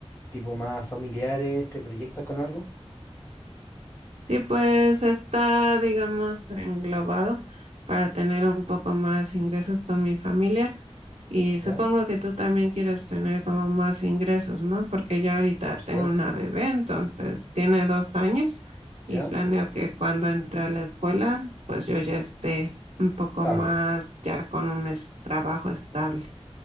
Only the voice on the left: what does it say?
tipo más familiares, ¿te proyectas con algo?
¿Ya?
Por
supuesto.
¿Ya?
Estable.